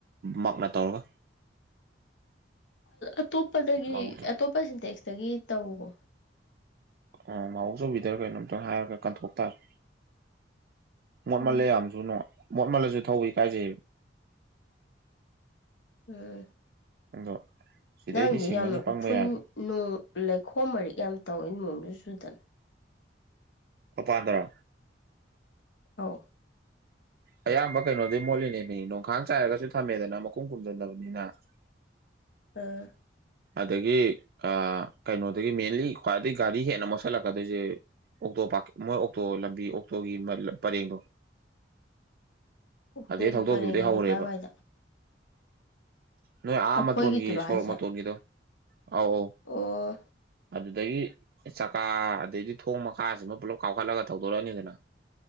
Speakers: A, on the right; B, on the left.
A: ꯃꯛꯅ ꯇꯧꯔꯒ
B: ꯑꯇꯣꯞꯄꯗꯒꯤ
A: ꯃꯥꯕꯣꯛ
B: ꯑꯇꯣꯞꯄ ꯁꯤꯟꯇꯦꯛꯁꯇꯒꯤ ꯇꯧꯑꯣ
A: ꯑꯣ ꯃꯥꯕꯣꯛ ꯆꯧꯕꯤꯗꯔ ꯀꯩꯅꯣꯝꯇꯪ ꯍꯥꯏꯔꯒ ꯀꯟꯊꯣꯛ ꯇꯥꯔꯦ ꯃꯣꯠꯃꯜꯂꯦ
B: ꯎꯝ
A: ꯌꯥꯝꯁꯨ ꯃꯣꯠꯃꯜꯂꯁꯨ ꯊꯧꯕ ꯏꯀꯥꯏꯖꯩꯕ
B: ꯎꯝ
A: ꯑꯗꯣ ꯁꯤꯗꯩꯗꯤ
B: ꯅꯪꯗꯣ
A: ꯁꯤꯡꯉꯅꯤ
B: ꯌꯥꯝꯅ
A: ꯄꯪꯕ
B: ꯎꯐꯨꯟ
A: ꯌꯥꯗꯦ
B: ꯅꯣꯡ ꯂꯩꯈꯣꯝ ꯃꯔꯤꯛ ꯌꯥꯝ ꯇꯧꯋꯦ ꯅꯣꯡꯁꯨ ꯆꯨꯗꯅ
A: ꯃꯄꯥꯥꯟꯗꯔꯣ
B: ꯑꯧ
A: ꯑꯌꯥꯝꯕ ꯀꯩꯅꯣꯗꯤ ꯃꯣꯠꯂꯤꯅꯦ ꯃꯤ ꯅꯣꯡꯈꯥꯡ ꯆꯥꯏꯔꯒꯁꯨ ꯊꯝꯃꯦꯗꯅ ꯃꯈꯨꯝ ꯈꯨꯝꯖꯟꯗꯕꯅꯤꯅ ꯎꯝ <inaudible>
B: ꯎꯝ
A: ꯑꯗꯒꯤ ꯑ ꯀꯩꯅꯣꯗꯒꯤ ꯃꯦꯟꯂꯤ ꯈ꯭ꯋꯥꯏꯗꯒꯤ ꯒꯥꯔꯤ ꯍꯦꯟꯅ ꯃꯣꯠꯁꯤꯜꯂꯛ ꯀꯗꯣꯏꯁꯦ ꯑꯣꯛꯇꯣ ꯃꯣꯏ ꯑꯣꯛꯇꯣ ꯂꯝꯕꯤ ꯑꯣꯛꯇꯣꯒꯤ ꯄꯔꯦꯡꯗꯣ
B: ꯑꯣꯛꯇꯣꯛꯒꯤ
A: ꯑꯗꯩ ꯊꯧꯗꯣꯛꯈꯤꯕꯗꯩ
B: ꯄꯔꯦꯡ ꯍꯥꯏꯗꯤ
A: ꯍꯧꯔꯦꯕ
B: ꯀꯥꯏꯋꯥꯏꯗ
A: ꯅꯣꯏ ꯑꯥ
B: ꯑꯩꯈꯣꯏꯒꯤꯗꯨꯔꯣ
A: ꯃꯇꯣꯟꯒꯤ
B: ꯍꯥꯏꯁꯦ
A: ꯁꯣꯔꯣꯛ ꯃꯇꯣꯟꯒꯤꯗꯣ ꯑꯧ ꯑꯧ
B: ꯑꯣ
A: ꯑꯗꯨꯗꯤ ꯑꯗꯒꯤ ꯆꯥꯛꯀꯥ ꯑꯗꯩꯗꯤ ꯊꯣꯡ ꯃꯈꯥꯁꯤꯃ ꯄꯨꯂꯞ ꯀꯥꯞꯈꯠꯂꯒ ꯊꯧꯗꯣꯔꯛꯑꯅꯤꯗꯅ